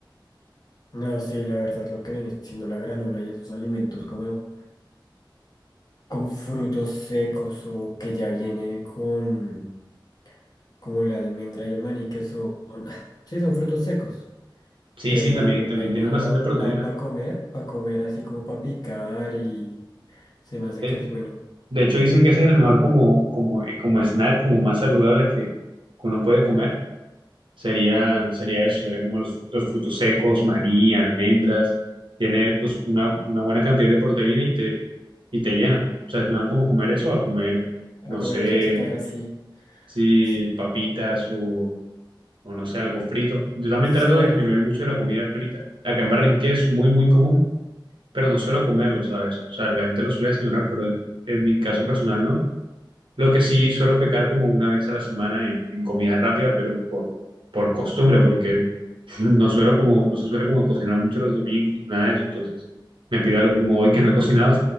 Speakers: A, on the left; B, on the right.
A: No, sí, la verdad, lo que viene siendo la granola y esos alimentos como con frutos secos o que ya viene con como la almendra y el maní, que son, <laughs> sí, son frutos secos,
B: Sí,
A: pero
B: sí,
A: esa
B: también, también
A: vaina
B: tienen bastante proteína.
A: para comer, para comer así como para picar y se me hace
B: De,
A: que es bueno.
B: de hecho, dicen que ese es el mejor como, como, eh, como snack, como más saludable que que uno puede comer Sería, sería eso, sería como los, los frutos secos, maní, almendras. Tiene pues una, una buena cantidad de proteína y te, y te llena. O sea, es mejor como comer eso a comer,
A: A
B: no
A: comer
B: sé,
A: otra chatarra, sí,
B: si
A: sí,
B: papitas o, o no sé, algo frito. Yo también
A: sí,
B: trato
A: algo.
B: de disminuir mucho la comida frita. Acá en Barranquilla es muy, muy común, pero no suelo comerlo, ¿sabes? O sea, la gente lo suele desayunar, pero en, en mi caso personal no. Lo que sí suelo pecar como una vez a la semana en, en comida rápida, pero por, por costumbre, porque no suelo como, no se suele como cocinar mucho los domingos, nada de eso, entonces me pido algo como hoy que no he cocinado,